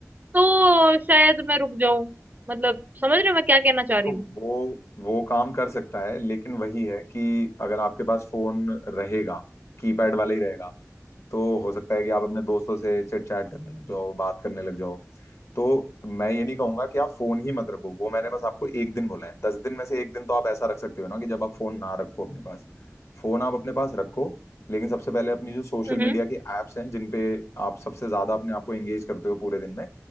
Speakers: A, on the right; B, on the left.
A: तो शायद मैं रुक जाऊं मतलब समझ रहे हो मैं क्या कहना चाह
B: देखो
A: रही हूँ
B: वो वो काम कर सकता है लेकिन वही है कि अगर आपके पास फोन रहेगा कीपैड वाला ही रहेगा तो हो सकता है कि आप अपने दोस्तों से चिट चैट करने लग जाओ बात करने लग जाओ तो मैं ये नहीं कहूंगा कि आप फोन ही मत रखो वो मैंने बस आपको एक दिन बोला है दस दिन में से एक दिन तो आप ऐसा रख सकते हो ना कि जब आप फोन ना रखो अपने पास फोन आप अपने पास रखो लेकिन सबसे पहले अपनी जो सोशल
A: हम्म
B: मीडिया के एप्स हैं जिन पे आप सबसे ज्यादा अपने आप को एंगेज करते हो पूरे दिन में